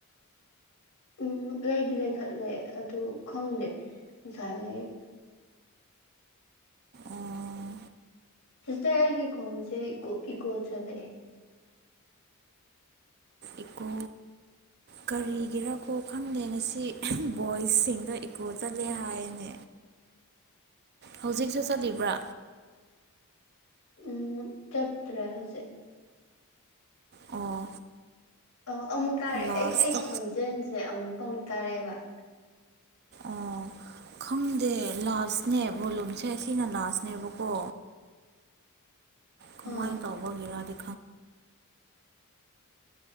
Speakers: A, on the left; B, on the right.
A: ꯎꯝ ꯂꯩꯗꯤ ꯂꯩꯈꯠꯂꯦ ꯑꯗꯨ ꯈꯪꯗꯦ ꯉꯁꯥꯏꯉ
B: ꯑꯣ
A: ꯁꯤꯁꯇꯔꯒꯤ ꯀꯣꯟꯁꯦ ꯏꯀꯣ ꯏꯀꯣ ꯆꯂꯦ
B: ꯏꯀꯣ ꯀꯔꯤꯒꯤꯔꯥ ꯀꯣ ꯈꯪꯗꯦ ꯉ ꯁꯤ ꯕꯣꯏꯁꯁꯤꯡꯗ ꯏꯀꯣ ꯆꯠꯂꯦ ꯍꯥꯏꯅ ꯍꯧꯖꯤꯛꯁꯨ ꯆꯠꯂꯤꯕ꯭ꯔꯥ
A: ꯎꯝ ꯆꯠꯇ꯭ꯔꯦ ꯍꯧꯖꯤꯛ
B: ꯑꯣ
A: ꯑ ꯑꯃꯨꯛ ꯇꯥꯔꯛꯑꯦ
B: ꯂꯥꯁꯇ
A: ꯑꯩ ꯑꯩꯒꯤ ꯈꯣꯟꯖꯦꯜꯁꯦ ꯑꯃꯨꯛ ꯑꯃꯨꯛ ꯇꯥꯔꯛꯑꯦꯕ <unintelligible>
B: ꯑꯣ ꯈꯪꯗꯦ ꯂꯥꯁꯅꯦ ꯚꯣꯂꯨꯝꯁꯦ ꯁꯤꯅ ꯂꯥꯁꯅꯦꯕꯀꯣ ꯀꯃꯥꯏꯅ
A: ꯑꯥ
B: ꯇꯧꯕꯒꯤꯔꯣ ꯑꯗꯨ